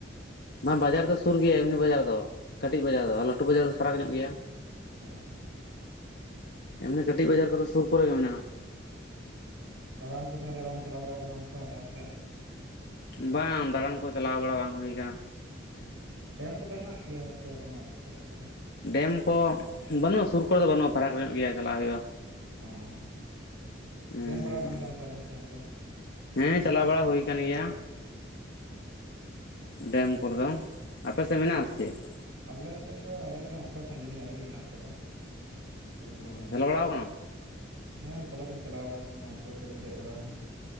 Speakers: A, on the left (about 60°); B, on the right (about 85°).
A: ᱵᱟᱝ ᱵᱟᱡᱟᱨ ᱫᱚ ᱥᱩᱨ ᱜᱮᱭᱟ, ᱮᱢᱱᱤ ᱵᱟᱡᱟᱨ ᱫᱚ ᱠᱟᱹᱴᱤᱡ ᱵᱟᱡᱟᱨ ᱫᱚ ᱟᱨ ᱞᱟᱹᱴᱩ ᱵᱟᱡᱟᱨ ᱫᱚ ᱯᱷᱟᱨᱟᱠ ᱧᱚᱜ ᱜᱮᱭᱟ᱾
B: ᱚᱸ ᱚᱸ
A: ᱮᱢᱱᱤ ᱠᱟᱹᱴᱤᱡ ᱵᱟᱡᱟᱨ ᱠᱚᱫᱚ ᱥᱩᱨ ᱠᱚᱨᱮ ᱜᱮ ᱢᱮᱱᱟᱜᱼᱟ᱾‌
B: ᱫᱟᱲᱟᱱ ᱠᱚ ᱛᱟᱦᱚᱞᱮ ᱵᱟᱢ ᱪᱟᱞᱟᱣ ᱵᱟᱲᱟᱣ ᱟᱠᱟᱱᱟ ᱚᱸᱠᱟ ᱡᱟᱦᱟᱸ ᱥᱮᱜ?
A: ᱵᱟᱝ ᱫᱟᱲᱟᱱ ᱠᱚ ᱪᱟᱞᱟᱣ ᱵᱟᱲᱟ ᱵᱟᱝ ᱦᱩᱭ ᱠᱟᱱᱟ᱾
B: ᱚ, ᱰᱮᱢ ᱠᱚᱫᱚ ᱦᱮᱱᱟᱜ ᱜᱮᱭᱟ ᱥᱮ ᱵᱟᱹᱱᱩᱜᱼᱟ ᱟᱯᱮ ᱥᱮᱫ ᱛᱟᱦᱞᱮ?
A: ᱰᱮᱢ ᱠᱚ ᱵᱟᱹᱱᱩᱜᱼᱟ ᱥᱩᱨ ᱠᱚᱨᱮ ᱫᱚ ᱵᱟᱹᱱᱩᱜᱼᱟ᱾ ᱯᱷᱟᱨᱟᱠ ᱧᱚᱜ ᱜᱮᱭᱟ ᱪᱟᱞᱟᱜ ᱦᱩᱭᱩᱜᱼᱟ᱾
B: ᱚᱸᱻ
A: ᱦᱩᱸ
B: ᱥᱮᱱ ᱵᱟᱲᱟᱣ ᱠᱟᱱ ᱜᱮᱭᱟᱢ ᱛᱟᱦᱚᱞᱮ ᱥᱮᱱ ᱫᱚ?
A: ᱦᱮᱸ ᱪᱟᱞᱟᱣ ᱵᱟᱲᱟ ᱦᱩᱭ ᱠᱟᱱ ᱜᱮᱭᱟ᱾ ᱰᱮᱢ ᱠᱚᱨᱮ ᱫᱚ ᱟᱯᱮ ᱥᱮᱜ ᱢᱮᱱᱟᱜ-ᱟ ᱥᱮ ᱪᱮᱫ?
B: ᱟᱞᱮᱥᱮᱜ ᱫᱚ ᱟᱞᱮᱥᱮᱜ ᱚᱸᱠᱟ ᱥᱟᱺᱜᱤᱧ ᱧᱚᱜ ᱨᱮᱜᱮ ᱦᱮᱱᱟᱜ ᱟᱠᱟᱫᱟ᱾ ᱥᱩᱨ ᱨᱮᱫᱚ
A: ᱚ
B: ᱵᱟᱹᱱᱩᱜ
A: ᱪᱟᱞᱟᱣ
B: ᱠᱟᱫᱟ᱾
A: ᱵᱟᱲᱟᱣ ᱠᱟᱱᱟᱢ
B: ᱦᱮᱸ ᱪᱟᱞᱟᱣ ᱫᱚᱧ ᱪᱟᱞᱟᱣ ᱵᱟᱲᱟᱣ ᱟᱠᱟᱱᱟ ᱱᱟᱹᱣᱠᱟᱹ ᱠᱚᱨᱮ ᱯᱩᱨᱟᱹᱧ ᱫᱮᱜ ᱵᱟᱲᱟ ᱠᱟᱱᱟ᱾